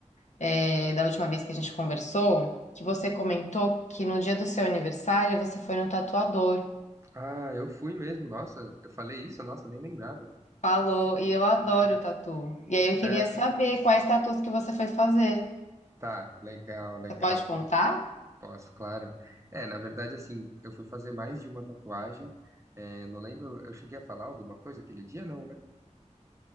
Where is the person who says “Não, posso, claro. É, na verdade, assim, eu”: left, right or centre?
Right